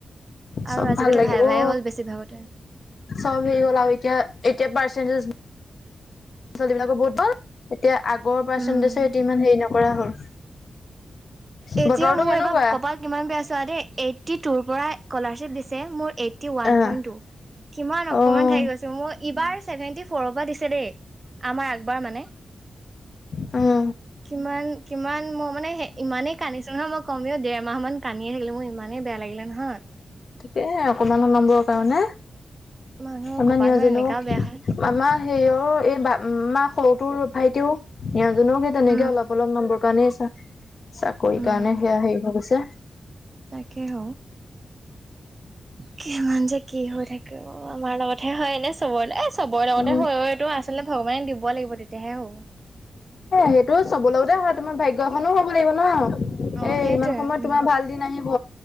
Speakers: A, on the right; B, on the left.
A: আৰু
B: চব
A: আজিকালি
B: ভাল লাগিব
A: ভাইভাই
B: অ
A: হ'ল বেছিভাগতে
B: চব হৈ গল আৰু এতিয়া এতিয়া পাৰ্চেন্টেজ ী বিলাকো বহুতল এতিয়া আগৰ পাৰ্চেন্টেজ
A: উম।
B: ইমান হেৰি নকৰা হ'ল
A: এতিয়া
B: বতৰটো
A: মোৰ
B: কেনেকুৱা?
A: এবাৰ কপাল কিমান বেয়া চোৱা দেই এইট্টি টুৰ পৰা স্কলাৰশ্বিপ দিছে মোৰ এইট্টি ওৱান
B: অ',
A: পইণ্ট টু কিমান অকমান
B: অ',
A: াকি গৈছো মোৰ ইবাৰ চছেভেনটি ফ'ৰৰ পৰা দিছে দেই আমাৰ আগবাৰ মানে
B: অ
A: কিমান কিমান মই মানে ইমানেই কান্িছ নহয় মই কমেও দেৰ মাহ মান কানি আ থাকিলে মোৰ ইমানেই বেয়া লাগিলে নহয়
B: তাকে অকমান সোমাবৰ কাৰণে
A: মানুহৰ
B: আমাৰ
A: কপালখন
B: নিয়জনেও
A: এনেকাও বেয়া হয়
B: আমাৰ হেয়ৰ এই বা মা সৰুটো ভাইটিও সিহঁজননেও সেই তেনেকে
A: উম
B: অলপ অলপ নামৰ কাৰণে চাকৰি
A: উম
B: কাৰণে সেয়া হেৰি হৈ গৈছে
A: তাকে হ কিমান যে কি হৈ থাকে আমাৰ লগতহে হয়নেে চবলৈ চবৰে লগতে
B: উম এ
A: হৈটো আচলতে ভগৱানেক দিব লাগিব তেতিয়াহে হ'ব
B: সেইটো চব লগোতে হয় তোমাৰ ভাগ্য় এখনো হ'ব লাগিব ন
A: অ
B: এ
A: সেইটোৱে
B: ইমান সময়ত
A: উম
B: তোমাৰ ভাল আহিব